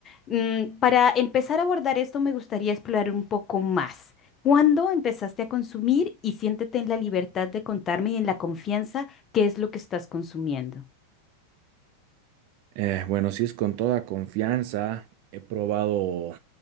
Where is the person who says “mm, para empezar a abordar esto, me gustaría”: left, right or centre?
Left